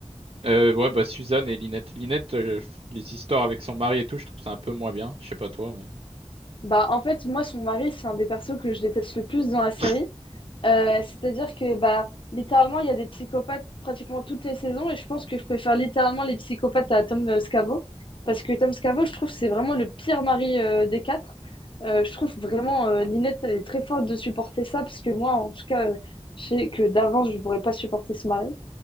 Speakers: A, on the right; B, on the left.
A: Euh, ouais, bah Suzanne et Linette. Linette, euh, les histoires avec son mari et tout, je trouve ça un peu moins bien. Je sais pas toi, mais.
B: Bah, en fait, moi, son mari, c'est un des persos que je déteste le plus dans la série.
A: <laughs>
B: Euh, c'est-à-dire que, bah, littéralement, il y a des psychopathes pratiquement toutes les saisons et je pense que je préfère littéralement les psychopathes à Tom euh, Scavo. Parce que Tom Scavo, je trouve, c'est vraiment le pire mari euh, des quatre. Euh, je trouve vraiment, euh, Ninette, elle est très forte de supporter ça parce que moi, en tout cas, euh, je sais que d'avance, je ne pourrais pas supporter ce mari.